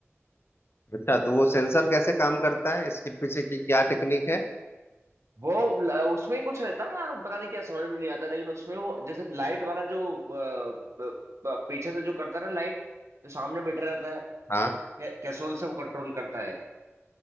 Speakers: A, on the left (about 55°); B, on the right (about 75°).
A: अच्छा तो वो सेंसर कैसे काम करता है इसके पीछे की क्या टेक्निक है
B: वो ल- उसमें ही कुछ रहता है यार पता नहीं क्या समझ में नहीं आता लेकिन उसमें वो जैसे लाइट वाला जो अ, ब- ब- पीछे से जो करता है ना लाइट जो सामने बैठा रहता है
A: हाँ
B: कै- कैसोल से वो कंट्रोल करता है